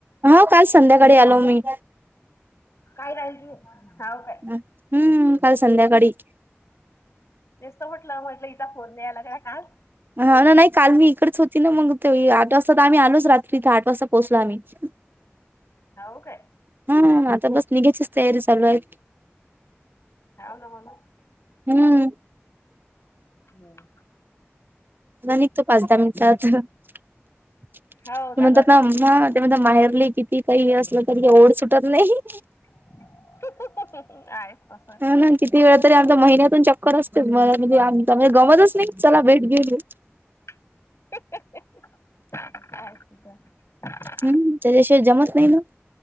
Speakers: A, on the right (about 45°); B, on the left (about 75°).
A: हा काल संध्याकाळी आलो मी.
B: काय राहिजू. हाव काय?
A: हम्म. काल संध्याकाळी
B: तेच तर म्हटलं. म्हटलं इचा फोन नाय आला काय काल.
A: हा ना. नाही काल मी इकडेच होती ना, मग ते आठ वाजता तर आम्ही आलोच रात्री इथे. आठ वाजता पोहोचलो आम्ही. अच्छा.
B: हाव काय?
A: हम्म, हा आता बस निघाचीच तयारी चालू आहे.
B: हाव ना, मला
A: हम्म
B: हम्म <inaudible>
A: आता निघतो पाच दहा मिनिटात. <inaudible>
B: हो
A: ते
B: झालं
A: म्हणतात
B: असं.
A: ना अम्मा म्हणता माहेरले किती काही असलं, तरी ओढ सुटत नाही.
B: <unintelligible> आहेच तसं
A: म्हणून किती वेळा तरी आमच्या महिन्यातून चक्कर असतोच, <unintelligible> मले गमतच नाही. चला भेट घेऊन येऊ.
B: <unintelligible> <inaudible>
A: हम्म त्याच्याशिवाय जमत नाय ना.